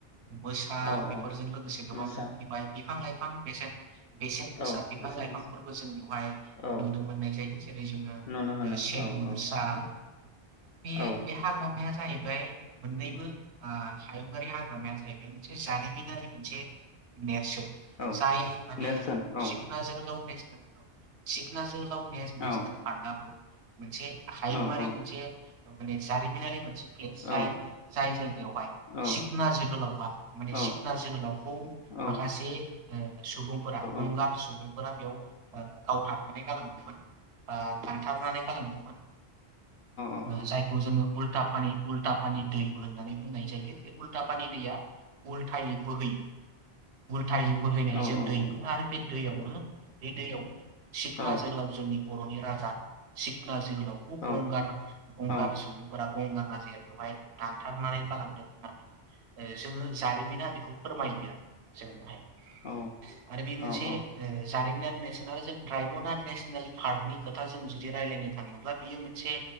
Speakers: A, on the right (about 85°); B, on the left (about 60°).
A: मोसा
B: औ
A: बेफोरजों
B: औ
A: लोगोसे गोबां
B: मोसा
A: रोखोमनि माइ बिफां लाइ फां बेसेन बेसेन गोसा
B: औ
A: बिफां-लाइफांफोरबो
B: बेसेन गोसा
A: जों बेवहाय
B: औ
A: नुनो मोननाय जायो जेरै जोङो
B: नुनो मोनो
A: ओ सेगुन
B: औ औ
A: साल बेयो
B: औ
A: बे हाग्रामाया जाहै बाय मोननैबो ओ हायुंङारि हाग्रामाया जाहैबाय मोनसे जारिमिनारि मोनसे नेरसोन
B: औ
A: जाय माने
B: नेरसोन औ
A: सिखना जोहोलाव नेस <unintelligible> सिखना जोहो लाव नेसनेल
B: औ
A: पार्काआबो मोनसे हायुंआारि
B: औ औ
A: मोनसे माने जारिमिनारि मोन से जाय
B: औ
A: जाय जायगायावहाय
B: औ
A: सिखना जोहोलावआ माने
B: औ
A: सिखना जोहोलावखौ
B: औ
A: माखासे ओ सुबुंफोरा गंगार
B: औ
A: सुबुंफोरा बेयाव ओ गावथार माने गालांदोंमोन ओ दानथारनानै गालांदोंमोन
B: औ
A: ओ जायखौ जोङो उल लटापानि उलटा पानि दैबो होननानै बुंनाय जायो बे उलटापानि दैया उलथायै बोहैयो उलथायै बोहैनाय
B: औ
A: जों
B: औ
A: दै
B: औ
A: मोनो आरो बे दैआवनो बे दैआवनो सिखना
B: औ
A: जोहोलाव जोंनि बर'नि राजा सिखना जोहो
B: औ
A: गंगार गंगार
B: औ
A: सुबुं फोरा गंगार राजआया बेवहाय दानथारनानै गालांदों होननानै ओ जोङो जारिमिना बेखौ फोरमायो। जोंनाय।
B: औ
A: आरो बे मोनसे
B: औ
A: जारिमिनारि <unintelligible> रायमना नेसनेल पार्कनि खोथा जों जुदि रायलायनो थाङोब्ला बियो मोनसे